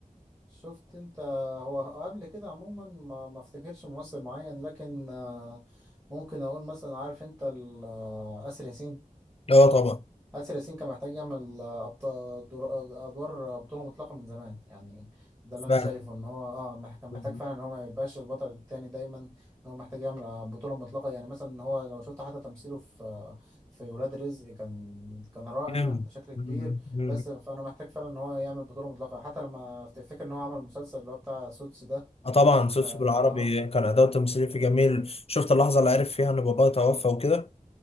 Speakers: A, on the right; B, on the left.
A: شفت انت هو قبل كده عموما ما ما افتكرش ممثل معين لكن آه، ممكن اقول مثلا عارف انت ال- آه، آسر ياسين
B: اه طبعا
A: آسر ياسين كان محتاج يعمل آه، أبطال دور- آه، أدوار آه، بطولة مطلقة من زمان يعني ده
B: فعلا
A: اللي أنا شايفه إن هو آه مح- كان
B: مم.
A: محتاج فعلا إن هو ما يبقاش البطل التاني دايما إن هو محتاج يعمل آه، بطولة مطلقة يعني مثلا هو لو شفت حتى تمثيله في آه، في ولاد رزق كان كان رائع
B: جامد.
A: بشكل كبير
B: مم. مم.
A: بس فأنا محتاج فعلا إن هو يعمل بطولة مطلقة حتى لما تفتكر إن هو عمل مسلسل اللي هو بتاع سوتس ده
B: اه طبعا سوسو
A: آه
B: بالعربي
A: آه
B: كان أداؤه التمثيلي في جميل شفت اللحظة اللي عرف فيها ان باباه توفى وكده